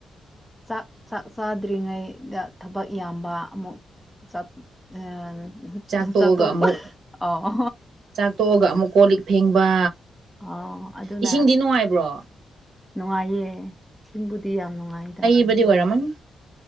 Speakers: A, in the centre; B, on the right.
A: ꯆꯥꯛ ꯆꯥꯛ ꯆꯥꯗ꯭ꯔꯤꯉꯩꯗ ꯊꯕꯛ ꯌꯥꯝꯕ ꯑꯃꯨꯛ ꯆꯠ ꯑ
B: ꯆꯥꯛꯇꯣꯛꯑꯒ
A: ꯆꯥꯠꯇꯣꯛꯄ
B: ꯑꯃꯨꯛ
A: ꯑꯣ
B: ꯆꯥꯛꯇꯣꯛꯑꯒ ꯑꯃꯨꯛ ꯀꯣꯜ ꯂꯤꯛ ꯐꯦꯡꯕ
A: ꯑꯣ ꯑꯗꯨꯅ
B: ꯏꯁꯤꯡꯗꯤ ꯅꯨꯡꯉꯥꯏꯕ꯭ꯔꯣ
A: ꯅꯨꯡꯉꯥꯏꯌꯦ ꯏꯁꯤꯡꯕꯨꯗꯤ ꯌꯥꯝ ꯅꯨꯡꯉꯥꯏꯗ
B: ꯕ ꯑꯣꯏꯔꯝꯃꯅꯤ